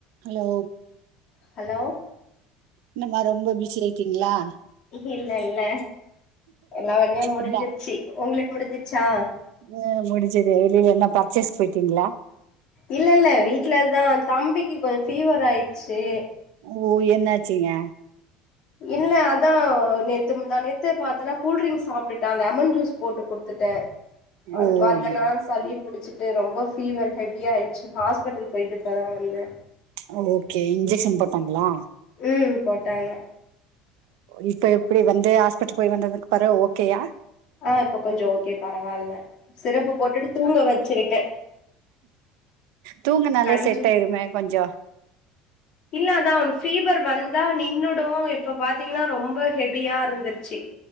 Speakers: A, on the right (about 70°); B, on the left (about 35°).
A: Hello
B: hello
A: என்ன மா ரொம்ப பிஸி ஆய்டிங்ளா
B: இல்ல இல்ல எல்லா வேலயு முடிஞ்சிருச்சி
A: இல்ல
B: உங்ளுக்கு முடிஞ்சிச்சா
A: ம் முடிஞ்சது நீங்க என்ன பர்ச்சேஸ் போய்ட்டீங்ளா
B: இல்ல இல்ல வீட்லதா தம்பிக்கு கொஞ்சோ ஃபீவர் ஆய்ட்ச்சு
A: ஓ என்னாச்சுங்க
B: இல்ல அதா நேத்து முந்தா நேத்து பாத்தேன்னா கூல்ட்ரிங்க்ஸா சாப்ட்டுட்டா லெமன் ஜூஸ் போட்டு குடுத்துட்ட
A: ஓ
B: அது பாத்தன்னா
A: ஐயையோ
B: சளிப் புடிச்சிட்டு ரொம்ப ஃபீவர் ஹெவியாய்ட்ச்சு ஹாஸ்பிட்டல் போய்ட்டு இப்ப தா வந்த
A: ஒ ஓகே இன்ஜெக்ஷன் போட்டாங்களா
B: ம் போட்டாங்க
A: இப்ப எப்டி வந்து ஹாஸ்பிட்டல் போய் வந்ததுக்கு பறோ ஓகேயா
B: ஆ இப்ப கொஞ்சோ ஓகே பரவால்ல சிரப்பு போட்டுட்டு தூங்க வச்சிருக்க
A: தூங்கனாலே
B: கஞ்சி
A: செட் ஆயிருமே கொஞ்சோ
B: இல்ல அதா அவனுக் ஃபீவர் வந்தா நின்னுடு இப்ப பாத்தீங்கன்னா ரொம்ப ஹெவியா இருந்துருச்சி